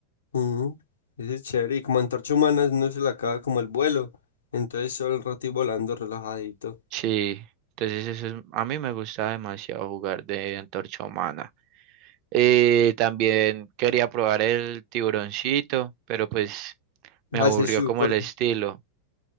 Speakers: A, on the left (about 65°); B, on the right (about 40°).
A: Mm, Ese es chévere. Y como antorcha humana no se le acaba como el vuelo. Entonces solo el rato y volando relajadito.
B: Sí, entonces eso es- a mí me gustaba demasiado jugar de Antorcha Humana. Y también quería probar el tiburoncito, pero pues me
A: Hace
B: aburrió
A: su
B: como
A: corto.
B: el estilo.